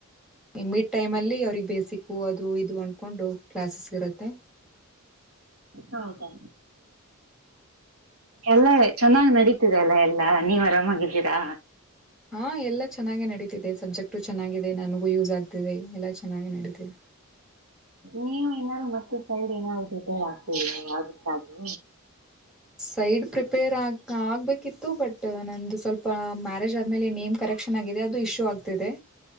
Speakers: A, in the centre; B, on the right.
A: ಮಿಡ್ ಟೈಮ್ ಅಲ್ಲಿ ಅವ್ರಿಗೆ ಬೇಸಿಕ್ಕು ಅದು ಇದು ಅಂದ್ಕೊಂಡು ಕ್ಲಾಸಸ್ ಇರುತ್ತೆ <unintelligible>
B: ಹೌದಾ ಎಲ್ಲ ಚೆನ್ನಾಗ್ ನಡೀತಿದೆ ಅಲ್ಲ ಎಲ್ಲಾ ನೀವ್ ಆರಾಮಾಗಿದ್ದೀರಾ
A: ಹಾ ಎಲ್ಲಾ ಚೆನ್ನಾಗೆ ನಡೀತಿದೆ ಸಬ್ಜೆಕ್ಟ್ ಚೆನ್ನಾಗಿದೆ ನಾನು ಯೂಸ್ ಆಗ್ತಿದೆ ಎಲ್ಲ ಚೆನ್ನಾಗಿ ನಡತಿದೆ
B: ನೀವು ಏನಾದಾರರು ಮತ್ತೆ ಸೈಡ್ ಏನಾದರು ಜೊತೆ ಹಾಕ್ತೀದಿರ ಆಗುತ್ತಾ ಅದು
A: ಸೈಡ್ ಪ್ರಿಪೇರ್ ಆಗ್ ಹ ಆಗ್ಬೇಕಿತ್ತು ಬಟ್ ನಂದು ಸ್ವಲ್ಪ ಮ್ಯಾರೇಜ್ ಆದ್ಮೇಲೆ ನೇಮ್ ಕರೆಕ್ಷನ್ ಆಗಿದೆ ಅದು ಇಶ್ಯೂ ಆಗ್ತಿದೆ